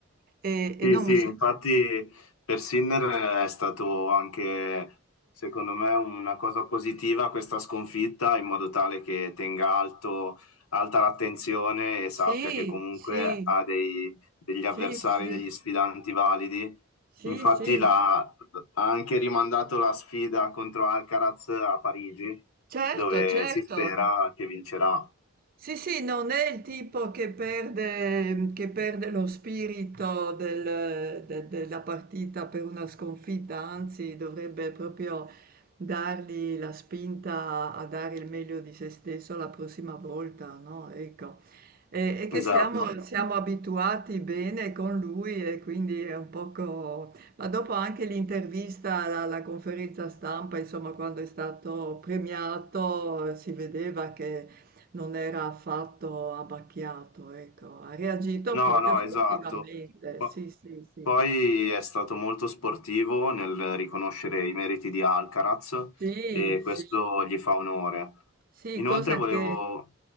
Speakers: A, on the right (about 40°); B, on the left (about 85°).
A: E,
B: Sì,
A: e non
B: sì,
A: mi sa...
B: infatti per Sinner è stato anche, secondo me, una cosa positiva questa sconfitta, in modo tale che tenga alto, alta l'attenzione e
A: Sì,
B: sappia che comunque
A: sì,
B: ha dei- degli avversari,
A: sì, sì, sì,
B: degli sfidanti validi.
A: sì,
B: Infatti
A: sì, sì,
B: l'ha- ha anche rimandato la sfida contro Alcaraz a Parigi,
A: certo,
B: dove
A: certo.
B: si spera che vincerà.
A: Sì, sì, non è il tipo che perde, che perde lo spirito del- de- della partita per una sconfitta, anzi dovrebbe proprio dargli la spinta a dare il meglio di se stesso la prossima volta, no? Ecco. E, e che
B: Esatto.
A: siamo, Esatto. siamo abituati bene con lui e quindi è un poco... Ma dopo anche l'intervista alla, alla conferenza stampa, insomma, quando è stato premiato, si vedeva che non era affatto abbacchiato, ecco, ha reagito
B: No,
A: proprio
B: no,
A: sportivamente,
B: esatto. Po-
A: sì, sì, sì.
B: Poi è stato molto sportivo nel riconoscere i meriti di Alcaraz
A: Sì,
B: e questo
A: sì,
B: gli fa onore.
A: sì,
B: Inoltre
A: cosa
B: volevo,
A: che...